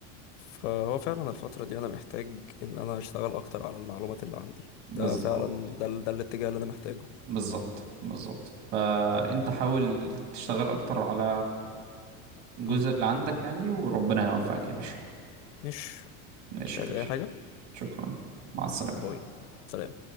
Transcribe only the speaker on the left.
فهو فعلا الفترة دي أنا محتاج إن أنا أشتغل أكتر على المعلومات اللي عندي
ده فعلا ده, ال- ده الاتجاه اللي أنا محتاجه
مم.
مش
مش عايز
أي حاجة
باي سلام